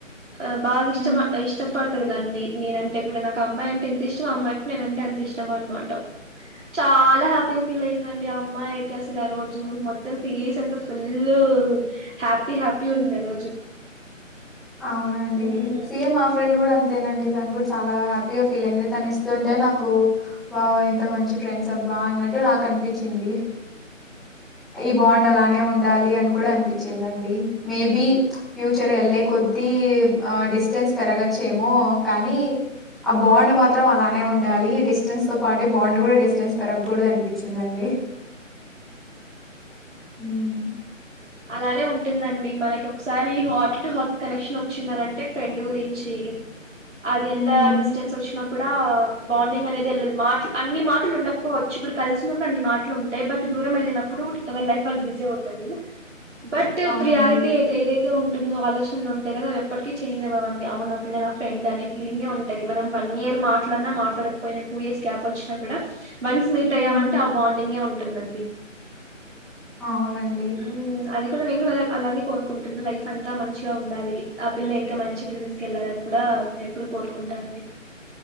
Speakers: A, on the right; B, in the centre.
A: ఆహ్ బాగా ఇష్టమ
B: హ్మ్
A: ఇష్టపడు. నన్నీ నేనంటే కూడా నాకు అమ్మాయి అంటే ఇంత ఇష్టమో ఆ అమ్మాయికి కూడా నేనంటే అంత ఇష్టమనమాట. చాలా హ్యాపీగా ఫీల్ అయిందండి ఆ అమ్మాయి అయితే అసలు ఆ రోజు మొత్తం ఫేస్ అంత ఫుల్. హ్యాపీ హ్యాపీ
B: హ్మ్
A: ఉంది ఆ రోజు.
B: అవునండి
A: ఉమ్
B: సేమ్ మా ఫ్రెండ్ కూడా. అంతేనండి తను కూడా చాలా హ్యాపీగా ఫీల్ అయింది తను ఇస్తుంటే నాకు వావ్ ఎంత మంచి ఫ్రెండ్స్. బాగున్నట్టు నాకు అనిపించింది ఏ బాగుండాల. నే ఉండాలి అని కూడా అనిపించింది అండి మే బి ఫ్యూచర్ వెళ్ళే. కొద్ది ఆ డిస్టెన్స్ పెరగచ్చేమో కానీ. ఆ బాండ్ మాత్రం అలానే ఉండాలి ఈ డిస్టెన్స్ తో పాటు బాండ్ కూడా డిస్టెన్స్ పెరగకూడదు అనిపించింది. పించిందండీ ఉమ్.
A: అలానే ఉంటుందండి మనకి ఒకసారి హాట్ టు హాట్ కనెక్షన్ వచ్చిందనంటే ఫ్రెండ్ గురించి. అది ఎంత
B: హ్మ్.
A: డిస్టెన్స్ వచ్చినా. కూడా బాండింగ్ అనేది వెళ్ళదు మాటలు అన్ని మాటలు ఉండకపోవచ్చు ఇప్పుడు కలిసి ఉన్నప్పుడు అన్ని మాటలు ఉంటాయి బట్. దూరం వెళ్ళినప్పుడు ఎవరి లైఫ్ వాళ్ళు బిజీ అవుతారు బట్
B: అవునండి.
A: ప్రియారిటీ అయితే ఏదైతే ఉం. ఉంటుందో ఆలోచనలు ఉంటాయి కదా అవి ఎప్పటికీ చేంజ్ అవ్వవండి అవును నా పిల్ల నా ఫ్రెండ్ అనే ఫీలింగే ఉంటది మనం వన్ ఇయర్. మాట్లాడినా మాట్లాడకపోయినా టూ ఇయర్స్ గ్యాప్ వచ్చినా కూడా. వన్స్ మీట్ అయ్యామంటే
B: హ్మ్.
A: ఆ బాండింగే ఉంటుందండి.
B: అవునండి.
A: ఉమ్, అది కూడా నేను కూడా అలానే కోరుకుంటున్నా లైఫ్ అంతా మంచిగా ఉండాలి ఆ పిల్ల ఇంకా మంచి <unintelligible> వెళ్ళాలి ఆహ్ నేను ఎప్పుడు కోరుకుంటా అండి.